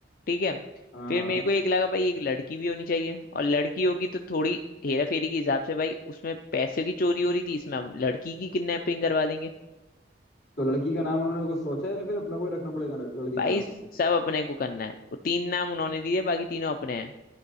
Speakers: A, on the left (about 50°); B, on the left (about 80°).
A: ठीक है
B: हाँ
A: फिर मेरे को एक लगा भाई एक लड़की भी होनी चाहिए और लड़की होगी तो थोड़ी हेरा फेरी के हिसाब से भाई उसमें पैसे की चोरी हो रही थी इसमें हम लड़की की किडनैपिंग करवा देंगे
B: तो लड़की का नाम उन्होंने कुछ सोचा है फिर अपना कोई रखना पड़ेगा लड़की
A: भाई
B: का नाम
A: सब अपने को करना है वो तीन नाम उन्होंने दिए बाकी तीनों अपने हैं